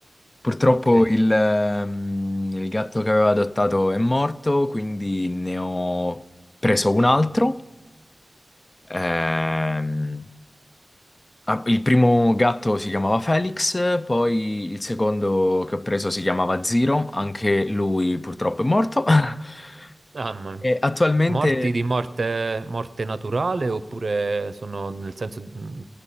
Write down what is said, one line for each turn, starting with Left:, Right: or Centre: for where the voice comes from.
Left: Purtroppo
Right: ok.
Left: il, ehm, il gatto che avevo adottato è morto, quindi ne ho preso un altro. Ehm, Ah, Il primo gatto si chiamava Felix, poi il secondo che ho preso si chiamava Zero, anche lui purtroppo è morto. <laughs>
Right: Mamma mia.
Left: E attualmente
Right: Morti di morte, morte naturale oppure sono nel senso di, mh,